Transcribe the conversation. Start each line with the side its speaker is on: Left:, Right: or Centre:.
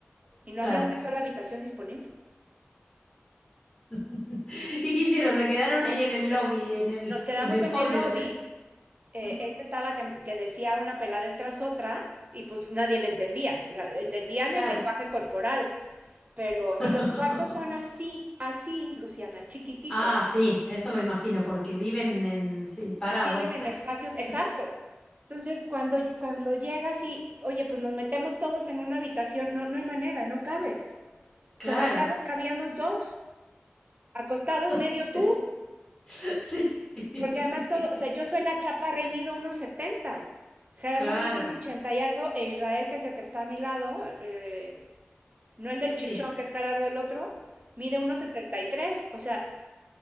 Right: y no
Left: claro.
Right: había una sola habitación disponible.
Left: <laughs> ¿Y qué hicieron? Se quedaron ahí en el lobby, en el,
Right: Nos quedamos
Left: en el
Right: en
Left: hall
Right: el lobby,
Left: del hotel.
Right: eh,
Left: Ujú,
Right: este estaba que, que decía una peladez tras otra y pues nadie le entendía, o sea, entendían
Left: Claro.
Right: el lenguaje corporal, pero
Left: <laughs>
Right: y los cuartos son así, así, Luciana, chiquititos.
Left: Ah, sí, eso me imagino, porque viven en, en- sí, parados.
Right: viven en
Left: <laughs>
Right: espacios, exacto. Entonces, cuando, cuando llegas y, oye, pues nos metemos todos en una habitación, no, no hay manera, no cabes.
Left: Claro.
Right: O sea, sentados cabíamos dos, acostados
Left: <laughs>
Right: medio
Left: Sí.
Right: tú,
Left: Sí. <laughs>
Right: porque además todo, o sea, yo soy la chaparra y mido unos setenta Gerardo
Left: Claro.
Right: mide un ochenta y algo, e Israel, que es el que está a mi lado, eh, no el del
Left: Sí,
Right: chichón, que es Gerardo el otro, mide unos setenta y tres O sea,